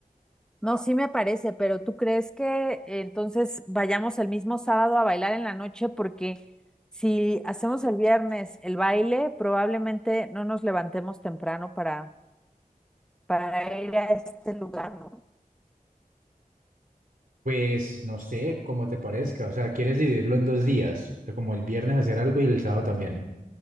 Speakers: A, in the centre; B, on the right.
A: No, sí me parece, pero ¿tú crees que eh, entonces vayamos el mismo sábado a bailar en la noche? Porque si hacemos el viernes el baile, probablemente no nos levantemos temprano para, para ir a este lugar, ¿no?
B: Pues no sé cómo te parezca, o sea, ¿quieres dividirlo en dos días? Eh, Como el viernes hacer algo y el sábado también.